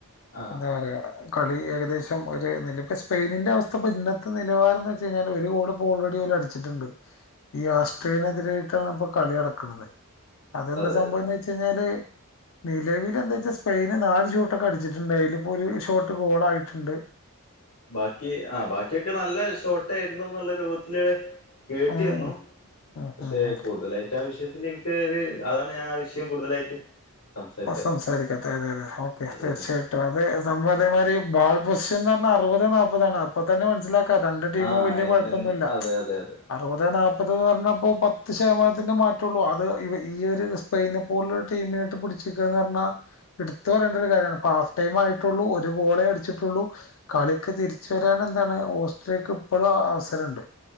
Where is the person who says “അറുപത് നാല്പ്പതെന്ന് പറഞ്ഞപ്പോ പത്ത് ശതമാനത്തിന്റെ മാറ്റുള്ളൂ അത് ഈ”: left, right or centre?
Left